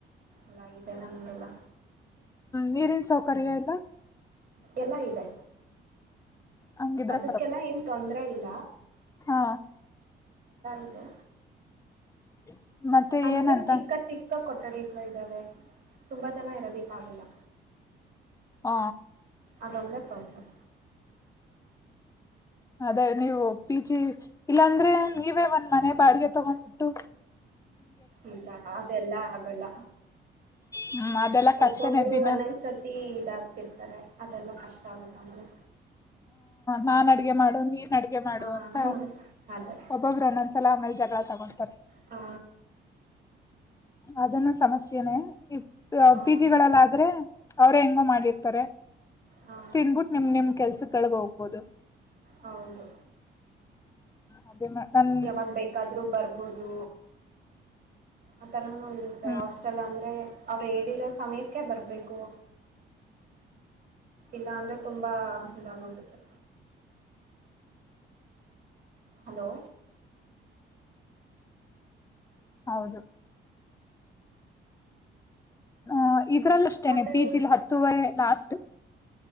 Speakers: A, on the right (about 55°); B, on the left (about 15°).
A: ಎಲ್ಲ ಇದೆ ನಮಗೆಲ್ಲ
B: ನೀರಿನ ಸೌಕರ್ಯ ಇಲ್ಲ
A: ಎಲ್ಲ ಇದೆ
B: ಹಂಗಿದ್ರೆ
A: ಅದಕ್ಕೆಲ್ಲ ಏನ್ ತೊಂದರೆ <unintelligible>
B: ಆ
A: ಇದೆ
B: <unintelligible>
A: ಅಂದ್ರೆ
B: ಏನಂತ
A: ಚಿಕ್ಕ ಚಿಕ್ಕ ಇದ್ದಾವೆ <inaudible> ತುಂಬಾ ಜನ ಇರೋದಕ್ಕೆ ಆಗೋದಿಲ್ಲ
B: ಹೂ
A: ಅದೊಂದೇ ಪ್ರಾಬ್ಲಮ್
B: ಅದೇ ನೀವು ಪಿಜಿ ಇಲ್ಲಾಂದ್ರೆ ನೀವೇ ಒಂದು ಮನೆ ಬಾಡಿಗೆಗೆ ತಗೊಂಡು ಬಿಟ್ಟು
A: ಇಲ್ಲ ಅದೆಲ್ಲ ಆಗಲ್ಲ
B: ಹ್ಮ್ ಅದೆಲ್ಲ ಕಷ್ಟನೇ
A: ಒಬ್ಬೊಬ್ಬರು
B: ದಿನ
A: ಒಂದೊಂದು ಸತಿ ಇದಾಗ್ತಾ ಇರ್ತಾರೆ ಅದೆಲ್ಲಾ ಕಷ್ಟ ಆಗುತ್ತೆ ಆಮೇಲೆ
B: ನಾನ್ ಅಡಿಗೆ ಮಾಡು ಅಡುಗೆ ಮಾಡು
A: ಹ
B: ಅಂತ
A: ಅದೇ
B: ಒಬ್ಬೊಬ್ರು ಒಂದೊಂದ್ ಸಲ ಆಮೇಲೆ ಜಗಳ <unintelligible> ನಮಸ್ಕಾರ್
A: ಆ
B: ಅದನ್ನು ಸಮಸ್ಯೆನೇ
A: ಹಾ
B: ಪೀಜಿಗಳಲ್ಲಾದರೆ ಅವರೇ ಹೆಂಗೆ ಮಾಡಿ ಇರ್ತಾರೆ
A: ಹಾ
B: ತಿನ್ಬಿಟ್ ನಿಮ್ನಿಮ್ ಕೆಲ್ಸ ಕೆಳಗೆ ಹೋಗುವುದು
A: ಹೌದು
B: ಅದೇ ನನ್
A: ಯಾವಾಗ ಬೇಕಾದರೂ ಬರಬಹುದು ಆತರನು ಇರುತ್ತೆ
B: ಹ್ಮ್
A: ಹಾಸ್ಟೆಲ್ ಅಂದ್ರೆ ಅವರು ಹೇಳಿರುವ ಸಮಯಕ್ಕೆ ಬರಬೇಕು ಇಲ್ಲಾಂದ್ರೆ ತುಂಬಾ ಇದು ಆಗುತದೆ ಹಲೋ
B: ಹೌದು ಆ ಇದರಲ್ಲೂ ಅಷ್ಟೇನೇ
A: ಮತ್ತೆ
B: ಪಿಜಿಯಲ್ಲಿ ಹತ್ತುವರೆ ಲಾಸ್ಟು